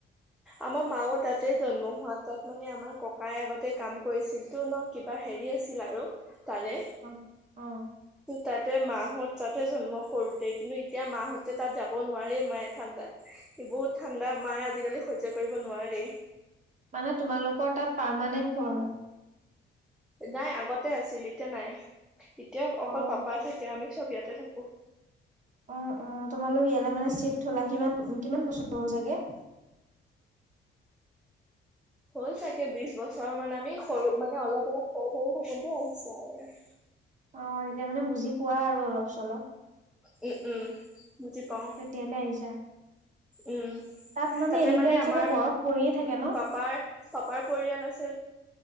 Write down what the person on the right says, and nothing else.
অ
মানে তোমালোকৰ তাত পাৰমানেন্ট ঘৰ হয়।
অ
অ', অ'তোমালোক ইয়ালৈ মানে চিফট হ'লা কিমান কিমান বছৰ হ'ল চাগে? <inaudible>
অ' এতিয়া মানে বুজি পোৱা আৰু অলপ - চলপ।
তেতিয়ালৈ আহিছা
তাত
এনি
টাইম
চাগে বৰফ পৰিয়ে থাকে ন